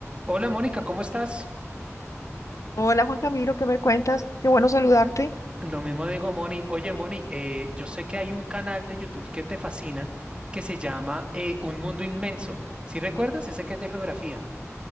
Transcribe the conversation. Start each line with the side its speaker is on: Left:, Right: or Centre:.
Right: Hola Mónica, ¿cómo estás?
Left: Hola Juan Camilo, ¿qué me cuentas? Qué bueno saludarte.
Right: Lo mismo digo Moni. Oye Moni, eh, yo sé que hay un canal de YouTube que te fascina que se llama eh, Un Mundo Inmenso. Si recuerdas? Ese que es de geografía.